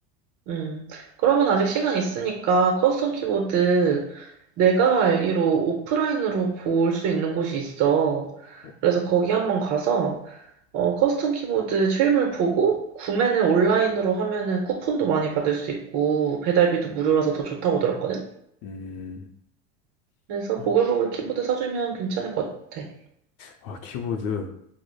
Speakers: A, on the right; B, on the left.
A: 음, 그러면 아직 시간 있으니까 커스텀 키보드 내가 알기로 오프라인으로 볼 수 있는 곳이 있어.
B: 어,
A: 그래서 거기 한번 가서 어, 커스텀 키보드 실물 보고 구매는 온라인으로 하면은 쿠폰도 많이 받을 수 있고 배달비도 무료라서 더 좋다고 들었거든?
B: 음.
A: 그래서
B: 아,
A: 보글보글 키보드 사주면 괜찮을 것 같아.
B: 아, 키보드.